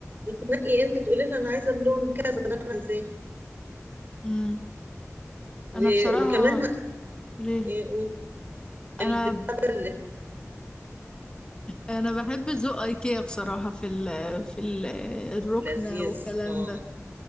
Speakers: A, on the right (about 40°); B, on the left (about 15°).
A: تنقي انت تقولي لها انا عايزة اللون كذا اللي انا عايزاه
B: امم
A: و-
B: انا بصراحة
A: وكمان ما-
B: ليه
A: إيه، قولي. البتاع
B: انا
A: ده
B: انا بحب ذوق ايكيا بصراحة في ال في ال الركنة
A: لذيذ
B: والكلام
A: اه
B: ده